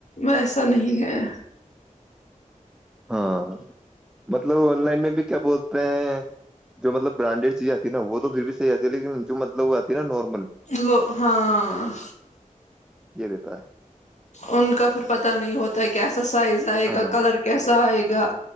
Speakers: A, on the left; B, in the centre.
A: ایسا نہیں ہے
B: ہاں مطلب آن لائن میں بھی کیا بولتے ہیں جو مطلب برانڈیڈ چیز آتی ہے نا وہ تو پھر بھی صحیح آتی ہے لیکن جو مطلب وہ آتی ہے نا ن
A: لو ہاں
B: یہ دیتا ہے
A: ان کا پھر پتا نہیں ہوتا کیا کیسا سائز آئے
B: ہاں
A: گا کلر کیسا آئے گا